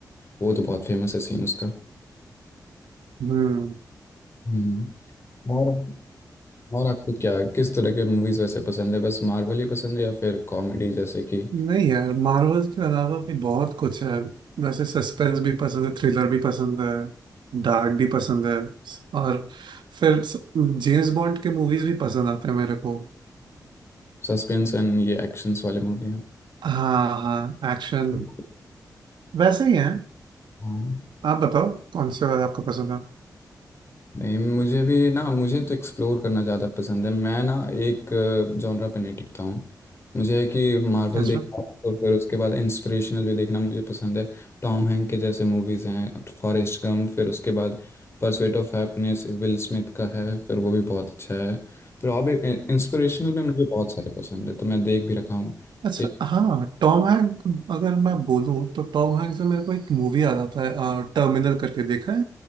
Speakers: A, on the left (about 35°); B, on the right (about 85°).
A: वो तो बहुत फेमस है सीन उसका
B: हम्म
A: हम्म और और आपको क्या किस तरह के मूवीज वैसे पसंद है बस मार्वल ही पसंद है या फिर कॉमेडी जैसे कि
B: नहीं यार मार्वल्स के अलावा भी बहुत कुछ है वैसे सस्पेंस भी पसंद है थ्रिलर भी पसंद है डार्क भी पसंद है और फिर जेम्स बॉन्ड के मूवीज भी पसंद आते हैं मेरे को
A: सस्पेंस एंड ये एक्शंस वाले मूवी हैं
B: हाँ हाँ एक्शन
A: बिल्कुल
B: वैसे ही है
A: हाँ
B: आप बताओ कौन से वाला आपको पसंद है
A: नहीं मुझे भी ना मुझे तो एक्सप्लोर करना ज़्यादा पसंद है मैं ना एक जॉनरा पे नहीं टिकता हूँ मुझे है कि मार्वल
B: अच्छा
A: देखना तो फिर उसके बाद इंस्पिरेशनल भी देखना मुझे पसंद है टॉम हैंक के जैसे मूवीज़ हैं फॉरेस्ट गम फिर उसके बाद Pursuit of Happiness Will Smith का है फिर वो भी बहुत अच्छा है फिर और भी इंस्पिरेशनल में मुझे बहुत सारे पसंद है तो मैं देख भी रखा हूँ
B: अच्छा
A: एक
B: हाँ टॉम हैंक अगर मैं बोलूँ तो टॉम हैंक से मेरे को एक मूवी आ जाता है टर्मिनल करके देखा है